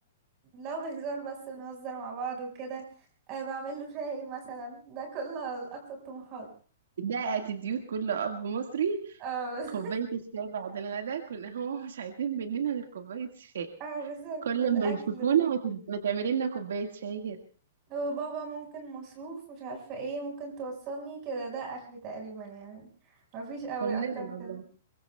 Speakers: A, on the right (about 25°); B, on the right (about 75°).
A: لو بهزار بس بنهزر مع بعض وكده أه بعمل له شاي مثلا ده كل اقصى الطموحات
B: ده اتيتيود كل اب مصري
A: اه
B: كوباية
A: <laughs>
B: الشاي بعد الغداء كنا <laughs> هو مش عايزين مننا غير كوباية الشاي
A: اه بالظبط
B: كل
A: والاكل
B: ما يشوفونا
A: و-
B: ما, ت- ما تعملي لنا كوباية شاي كده
A: وبابا ممكن مصروف مش عارفة ايه ممكن توصلني كده ده اخري تقريبا يعني مفيش قوي
B: كلنا
A: اكتر
B: والله
A: من كده